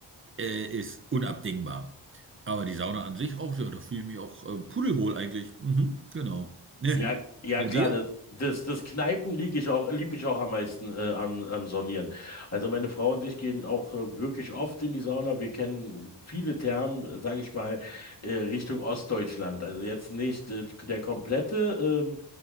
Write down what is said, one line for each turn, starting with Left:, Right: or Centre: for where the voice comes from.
Right: äh, ist unabdingbar. Aber die Sauna an sich auch, ja, da fühle ich mich auch äh, pudelwohl eigentlich. Mhm, genau. <laughs>
Left: Ja, ja
Right: Bei
Left: klar,
Right: dir?
Left: das, das, das Kneipen lieg ich auch, lieb ich auch am meisten äh, am, am Saunieren. Also meine Frau und ich gehen auch äh, wirklich oft in die Sauna. Wir kennen viele Thermen, sage ich mal, äh, Richtung Ostdeutschland. Also jetzt nicht äh, der komplette ähm,